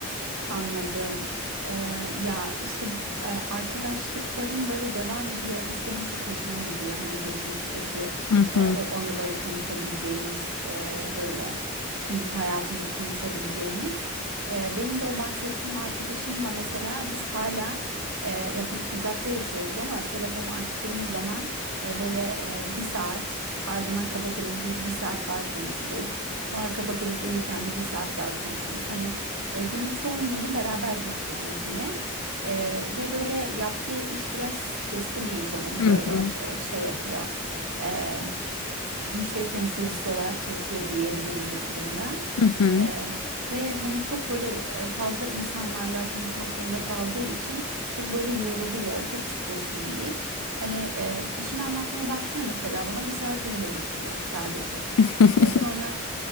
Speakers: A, on the right; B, on the left.
A: Anladım. Eee, ya işte e, arkadaşlıkların böyle devam ediyor olması benim çok hoşuma gidiyor. Hani geçmişteki
B: Hı
A: e,
B: hı.
A: o anıları konuşabileceğimiz e, böyle şimdiki hayatımızı konuşabileceğimiz. E, benim de o bahsettiğim arkadaşımla mesela biz hala e, ya biz uzakta yaşıyoruz ama telefonu açtığımız zaman e, böyle e, bir saat ardından kapatırız bir, bir saat daha konuşuruz. Sonra kapatırız uyurken bir bir saat daha konuşuruz. Hani. E, günün çoğunluğunu beraber geçiririz yine. E, ve böyle yaptığı iş biraz stresli bir iş onun.
B: Hı
A: Böyle
B: hı.
A: e, şey yapıyor. E, müşteri temsilcisi olarak çalışıyor diyebilirim bir kurumda.
B: Hı hı.
A: E, ve hani çok böyle e, fazla insanlarla konuşmak zorunda kaldığı için çok böyle yoruluyor. Çok stresli bir iş. Hani e, işini anlatmaya başlıyor mesela bana bir saat öyle geçiyor sadece.
B: <laughs>
A: E, sonra